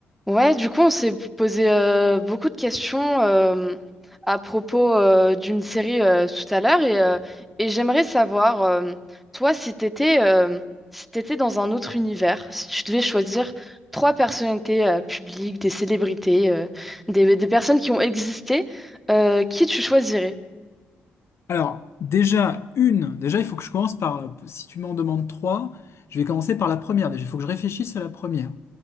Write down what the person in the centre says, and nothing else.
Ouais, du coup, on s'est posé euh, beaucoup de questions euh, à propos euh, d'une série euh, tout à l'heure et, euh, et j'aimerais savoir, euh, toi, si t'étais euh, si t'étais dans un autre univers, si tu devais choisir trois personnalités euh, publiques, des célébrités, euh, des, des personnes qui ont existé, euh, qui tu choisirais?